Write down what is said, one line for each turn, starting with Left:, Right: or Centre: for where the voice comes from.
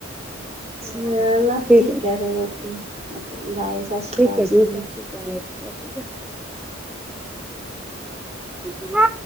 Centre: ਠੀਕ ਹੈ
Right: ਚਲੋ
Centre: ਜੀ ਠੀਕ ਹੈ ਜੀ ਸਤਿ
Right: ਠੀਕ
Centre: ਸ਼੍ਰੀ
Right: ਹੈ ਫਿਰ
Centre: ਅਕਾਲ
Right: ਓਕੇ ਓਕੇ ਬਾਏ ਸਤਿ ਸ੍ਰੀ ਅਕਾਲ
Centre: ਸਤਿ
Right: ਜੀ।
Centre: ਸ਼੍ਰੀ ਅਕਾਲ